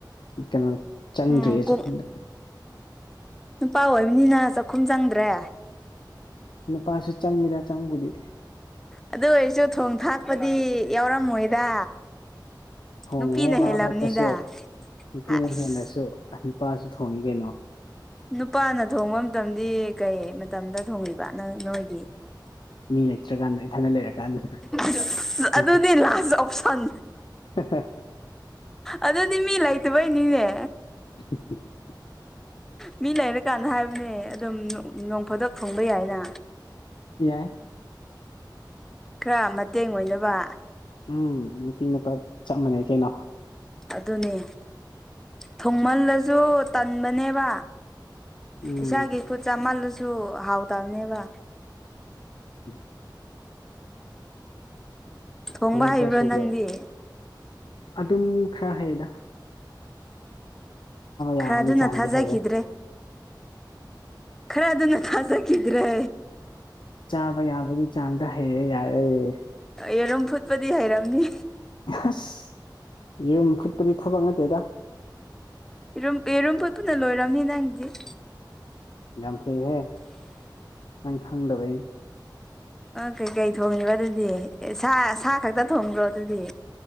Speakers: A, on the left; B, in the centre.
A: ꯀꯩꯅꯣ ꯆꯪꯗ꯭ꯔꯤꯌꯦ
B: ꯎꯝ ꯀꯣꯛ
A: ꯆꯥꯛꯈꯨꯝꯗ
B: ꯅꯨꯄꯥ ꯑꯣꯏꯕꯅꯤꯅ ꯆꯥꯛꯈꯨꯝ ꯆꯪꯗ꯭ꯔꯦ
A: ꯅꯨꯄꯥꯁꯨ ꯆꯪꯉꯤꯗ ꯆꯪꯕꯨꯗꯤ
B: ꯑꯗꯨ ꯑꯣꯏꯔꯁꯨ ꯊꯣꯡ ꯊꯥꯛꯄꯗꯤ ꯌꯥꯎꯔꯝꯃꯣꯏꯗ
A: ꯊꯣꯡꯉꯤꯍꯦ
B: ꯅꯨꯄꯤꯅ
A: ꯃꯔꯛ
B: ꯍꯦꯜꯂꯝꯅꯤꯗ
A: ꯃꯔꯛꯇꯁꯨ ꯅꯨꯄꯤꯅ
B: ꯍꯥꯏꯁ
A: ꯍꯦꯟꯂꯁꯨ ꯅꯨꯄꯥꯁꯨ ꯊꯣꯡꯉꯤ ꯀꯩꯅꯣ
B: ꯅꯨꯄꯥꯅ ꯊꯣꯡꯕ ꯃꯇꯝꯗꯤ ꯀꯩ ꯃꯇꯝꯗ ꯊꯣꯡꯉꯤꯕ ꯅꯪ ꯅꯣꯏꯗꯤ
A: ꯃꯤ ꯂꯩꯇ꯭ꯔꯀꯥꯟꯗ ꯏꯊꯟ ꯂꯩꯔꯀꯥꯟꯗ
B: ꯑꯁ
A: ꯍꯥ
B: ꯑꯗꯨꯗꯤ ꯂꯥꯁ ꯑꯣꯞꯁꯟ
A: ꯍꯥ
B: ꯑꯗꯨꯗꯤ ꯃꯤ ꯂꯩꯇꯕꯩꯅꯤꯅꯦ
A: <unintelligible>
B: ꯃꯤ ꯂꯩꯔ ꯀꯥꯟꯗ ꯍꯥꯏꯕꯅꯦ ꯑꯗꯨꯝ ꯅꯣꯡꯐꯗꯛ ꯊꯣꯡꯕ ꯌꯥꯏꯅ
A: ꯌꯥꯏ
B: ꯈꯔ ꯃꯇꯦꯡ ꯑꯣꯏꯅꯕ
A: ꯎꯝ ꯅꯨꯄꯤ ꯅꯨꯄꯥ ꯆꯞ ꯃꯥꯟꯅꯩ ꯀꯩꯅꯣ
B: ꯑꯗꯨꯅꯦ ꯊꯣꯡꯃꯜꯂꯁꯨ ꯇꯟꯕꯅꯦꯕ
A: ꯎꯝ
B: ꯏꯁꯥꯒꯤ ꯈꯨꯠ ꯆꯃꯜꯂꯁꯨ ꯍꯥꯎꯇꯕꯅꯦꯕ
A: ꯎꯝ
B: ꯊꯣꯡꯕ
A: ꯀꯩꯅꯣ
B: ꯍꯩꯕ꯭ꯔꯣ
A: ꯀꯌꯥ ꯁꯨꯒꯦ
B: ꯅꯪꯗꯤ
A: ꯑꯗꯨꯝ ꯈꯔ ꯍꯥꯏꯗ ꯌꯥꯕꯒꯤ
B: ꯈꯔ ꯑꯗꯨꯅ
A: ꯆꯥꯡꯗꯤ
B: ꯊꯥꯖꯈꯤꯗ꯭ꯔꯦ
A: ꯍꯩꯌꯦ
B: ꯈꯔ ꯑꯗꯨꯅ ꯊꯥꯖꯈꯤꯗ꯭ꯔꯦ
A: ꯆꯥꯕ ꯌꯥꯕꯒꯤ ꯆꯥꯡꯗ ꯍꯩꯑꯦ ꯌꯥꯔꯦꯌꯦ
B: ꯌꯦꯔꯨꯝ ꯐꯨꯠꯄꯗꯤ ꯍꯥꯏꯩꯔꯝꯅꯤ
A: ꯑꯁ ꯌꯨꯝ ꯈꯨꯠꯄꯗꯤ ꯊꯕꯛ ꯅꯠꯇꯦꯗ
B: ꯔꯨꯝꯔꯨꯝ ꯐꯣꯠ ꯄꯨꯨꯅ ꯂꯣꯏꯔꯕꯅꯤ ꯅꯪꯗꯤ
A: ꯌꯥꯝꯝꯍꯦꯍꯦ ꯅꯪ ꯈꯪꯗꯕꯅꯤ
B: ꯀꯩꯀꯩ ꯊꯣꯡꯉꯤꯕ ꯑꯗꯨꯗꯤ ꯁꯥ ꯁꯥ ꯈꯛꯇ ꯊꯣꯡꯕ꯭ꯔꯣ ꯑꯗꯨꯗꯤ